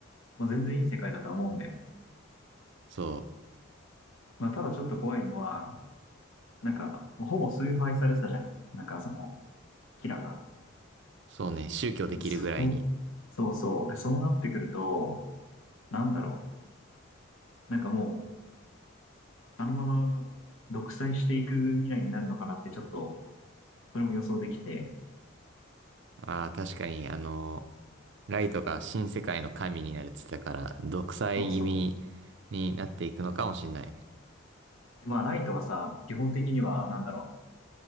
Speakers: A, on the left; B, on the right.
A: もう全然いい世界だと思うんだよ。
B: そ
A: まあ、ただちょっと怖いのは、なんか、ほぼ崇拝されてたじゃん。なんかその、キラが。
B: う、そうね、宗教できるぐらいに。
A: で、そう、そうそう。で、そうなってくると、なんだろう。なんかもう、あのまま独裁していく未来になるのかなってちょっと、それも予想できて、
B: ああ、確かに、あの、ライトが新世界の神になるって言ってたから、独裁気味
A: そうそう。
B: になっていくのかもしんない。
A: でまあ、ライトはさ、基本的には、なんだろ